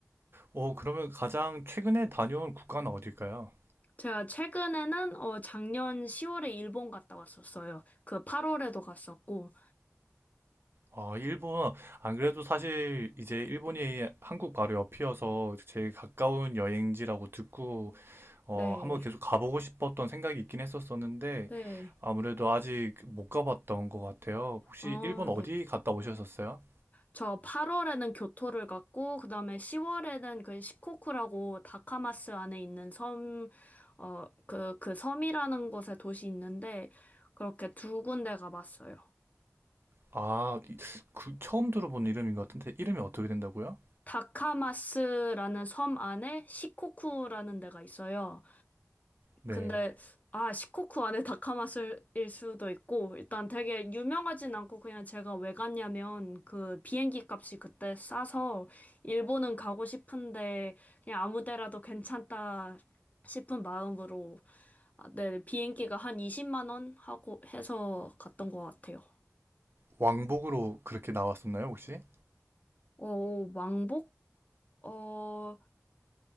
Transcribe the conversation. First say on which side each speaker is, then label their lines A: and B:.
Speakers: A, on the right; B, on the left.
A: 어, 그러면 가장 최근에 다녀온 국가는 어딜까요?
B: 제가 최근에는, 어, 작년 10월에 일본 갔다 왔었어요. 그 8월에도 갔었고,
A: 아, 일본. 안 그래도 사실 이제 일본이 한국 바로 옆이어서 제일 가까운 여행지라고 듣고 어,
B: 네.
A: 한번 계속 가보고 싶었던 생각이 있긴 했었었는데
B: 네.
A: 아무래도 아직 못 가봤던 것 같아요. 혹시
B: 아,
A: 일본 어디
B: 네.
A: 갔다 오셨었어요?
B: 저 8월에는 교토를 갔고, 그 다음에 10월에는 그 시코쿠라고 다카마스 안에 있는 섬, 어, 그, 그 섬이라는 곳에 도시 있는데, 그렇게 두 군데 가봤어요.
A: 아, 이- 그 처음 들어본 이름인 것 같은데 이름이 어떻게 된다고요?
B: 다카마스라는 섬 안에 시코쿠라는 데가 있어요.
A: 네.
B: 근데 아 시코쿠 안에 다카마슬일 수도 있고 일단 되게 유명하진 않고 그냥 제가 왜 갔냐면 그 비행기 값이 그때 싸서 일본은 가고 싶은데 그냥 아무 데라도 괜찮다 싶은 마음으로 아, 네 비행기가 한 20만 원 하고 해서 갔던 것 같아요.
A: 왕복으로 그렇게 나왔었나요, 혹시?
B: 어 왕복? 어